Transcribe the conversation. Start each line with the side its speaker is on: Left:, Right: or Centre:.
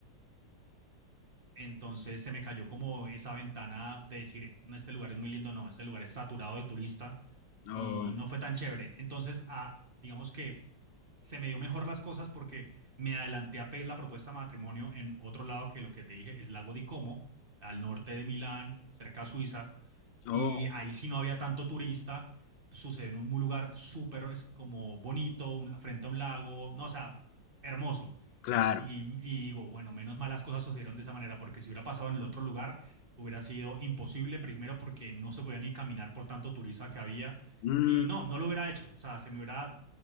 Right: Entonces se me cayó como esa ventana de decir, no, este lugar es muy lindo, no, este lugar es saturado de turista y
Left: Oh,
Right: no fue tan chévere. Entonces, a, digamos que se me dio mejor las cosas porque me adelanté a pedir la propuesta de matrimonio en otro lado que lo que te dije es Lago di Como, al norte de Milán, cerca a Suiza, y
Left: oh,
Right: ahí sí no había tanto turista, sucedió en un lugar súper, es como bonito, un- frente a un lago, no, o sea, hermoso.
Left: claro.
Right: Y, y digo, bueno, menos mal las cosas sucedieron de esa manera, porque si hubiera pasado en el otro lugar, hubiera sido imposible, primero porque no se podía ni caminar por tanto turista que había,
Left: Mm,
Right: y no, no lo hubiera hecho, o sea, se me hubiera